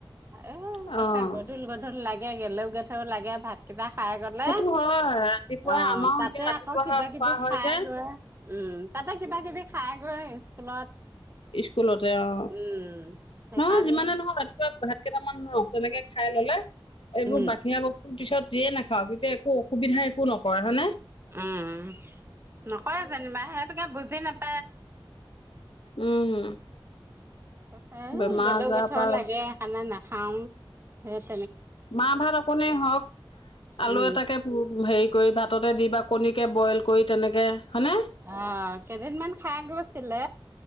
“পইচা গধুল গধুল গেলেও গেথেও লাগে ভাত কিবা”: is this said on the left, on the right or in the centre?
Right